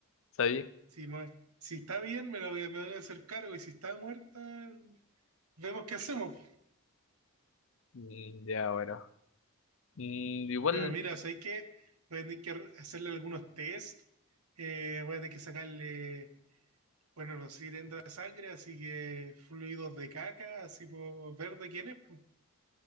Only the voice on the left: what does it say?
¿sabes?
Mm, ya, bueno. Mm, igual,